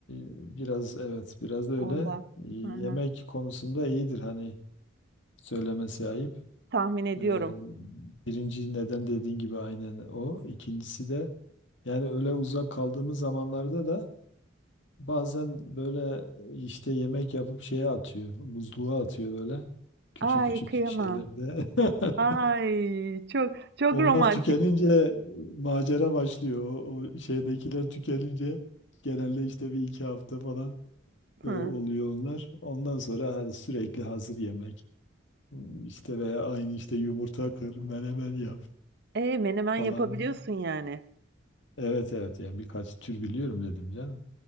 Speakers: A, on the left; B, on the right.
A: biraz evet biraz da öyle.
B: ondan.
A: Ee, Yemek
B: Hı hı.
A: konusunda iyidir hani söylemesi ayıp.
B: Tahmin ediyorum.
A: Ee, birinci neden dediğin gibi aynen o. İkincisi de yani öyle uzak kaldığımız zamanlarda da bazen böyle e, işte yemek yapıp şeye atıyor. Buzluğa atıyor böyle. Küçük
B: Ay
A: küçük
B: kıyamam.
A: şeylerde. <laughs>
B: Ay çok çok
A: Onlar
B: romantik.
A: tükenince e, macera başlıyor. O, o şeydekiler tükenince genelde işte bir iki hafta falan
B: Hı.
A: e, oluyor onlar. Ondan sonra hani sürekli hazır yemek. Hmm, işte veya aynı işte yumurta kır, menemen yap
B: E menemen
A: falan.
B: yapabiliyorsun yani.
A: Evet evet yani birkaç tür biliyorum dedim canım.